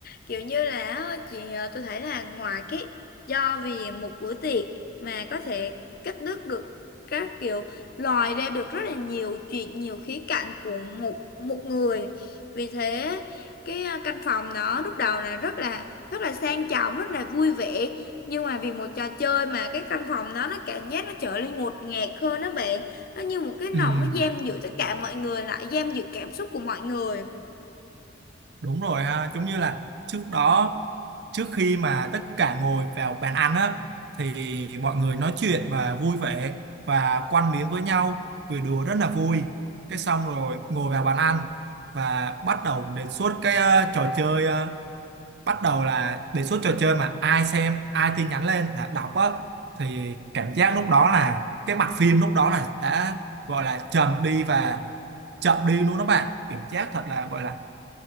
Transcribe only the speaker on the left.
kiểu như là á, chị ờ, tôi thấy là ngoài cái do vì một bữa tiệc mà có thể cắt đứt được các kiểu lòi ra được rất là nhiều chuyện nhiều khía cạnh của một một người vì thế cái ờ, căn phòng đó lúc đầu là rất là rất là sang trọng rất là vui vẻ nhưng mà vì một trò chơi mà cái căn phòng đó nó cảm giác nó trở nên ngột ngạt hơn đó bạn nó như một cái nòng
nó giam giữ tất cả mọi người lại giam giữ cảm xúc của mọi người